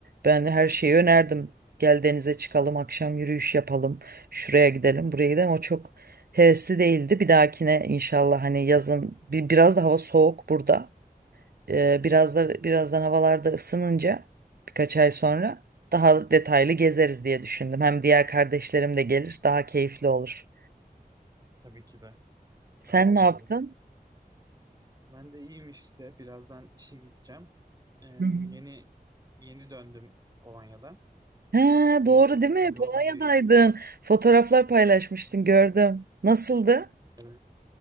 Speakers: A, on the right; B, on the right.
A: Ben her şeyi önerdim.
B: Hı hı,
A: Gel denize çıkalım, akşam yürüyüş yapalım, şuraya gidelim, buraya gidelim. O çok hevesli değildi. Bir dahakine inşallah hani yazın bir, biraz da hava soğuk burada. Ee, biraz
B: hı
A: da
B: hı.
A: birazdan havalarda ısınınca birkaç ay sonra daha detaylı gezeriz diye düşündüm. Hem diğer kardeşlerim de gelir, daha keyifli olur.
B: Tabii ki de.
A: Sen
B: Daha güzel
A: ne yaptın?
B: olur. Ben de iyiyim işte. Birazdan işe gideceğim. Ee,
A: Hı hı.
B: yeni yeni döndüm Polonya'dan.
A: Ha,
B: Ee,
A: doğru
B: tekrar
A: değil mi?
B: yoğun
A: Polonya'daydın.
B: bir
A: Fotoğraflar paylaşmıştın, gördüm. Nasıldı?
B: Evet.